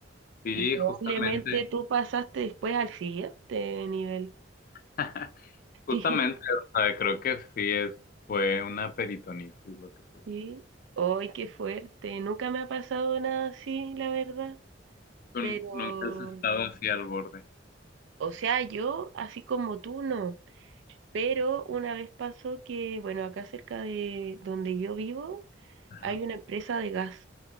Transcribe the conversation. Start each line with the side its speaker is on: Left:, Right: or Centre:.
Left: Sí,
Right: Y probablemente
Left: justamente,
Right: tú pasaste después al siguiente nivel.
Left: <laughs> justamente,
Right: <laughs>
Left: o sea, creo que sí es, fue una peritonitis lo que tuve.
Right: Sí, sí. ¡Ay, qué fuerte! Nunca me ha pasado nada así, la verdad.
Left: ¿Tú
Right: Pero,
Left: nunca has estado así al borde?
Right: o sea, yo, así como tú, no. Pero una vez pasó que, bueno, acá cerca de donde yo vivo,
Left: Ajá,
Right: hay una empresa de gas.